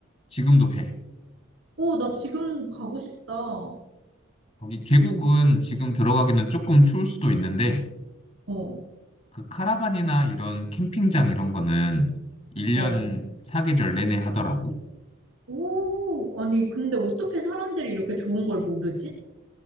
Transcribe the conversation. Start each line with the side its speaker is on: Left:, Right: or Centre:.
Left: 지금도 해.
Right: 오, 나 지금 가고 싶다. 어,
Left: 거기 계곡은 지금 들어가기는 조금 추울 수도 있는데,
Right: 어,
Left: 그 카라반이나 이런 캠핑장 이런 거는 1년
Right: 어.
Left: 사계절 내내 하더라고.
Right: 오, 아니, 근데 어떻게 사람들이 이렇게 좋은 걸 모르지?